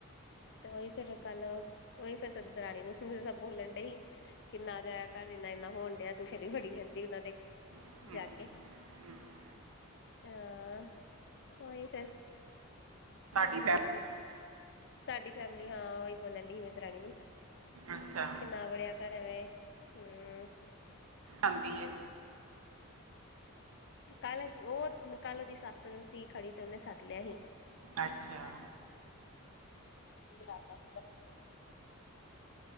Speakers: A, on the left; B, on the right.
A: ਤੇ ਉਹੀ ਫੇਰ ਕੱਲ ਓਹੀ ਫਿਰ ਦਰਾਣੀ ਨੂੰ ਸਭ ਬੋਲਣ ਡਈ ਕਿ ਨਾ ਜਾਇਆ ਘਰ, ਜਿੰਨਾ ਇੰਨਾ ਹੋਣ ਡਿਆ ਤੂੰ ਫੇਰ ਵੀ ਬੜੀ ਰਹਿੰਦੀ ਉਹਨਾਂ ਦੇ
B: ਹਮ,
A: ਜਾ ਕੇ,
B: ਹਮ।
A: ਹਾਂ ਉਹੀ ਫੇਰ,
B: ਸਾਡੀ
A: ਹਮ
B: ਭੈਣ
A: ਸਾਡੀ ਫੈਮਿਲੀ ਹਾਂ ਉਹੀ ਬੋਲਣ ਡੀ ਹੀ ਮੇ ਦਰਾਣੀ ਨੂੰ
B: ਅੱਛਾ
A: ਕਿ ਨਾ ਵੜਿਆ, ਕਰਵੇ ਹੂੰ,
B: ਆਦੀ ਏ,
A: ਕੱਲ ਉਹ ਕੱਲ ਉਹਦੀ ਸੱਸ ਸੀ ਖੜੀ, ਤੇ ਉਹਨੇ ਸੱਦ ਲਿਆ ਹੀ।
B: ਅੱਛਿਆ,
A: ਲਤਾ ਸੀਗਾ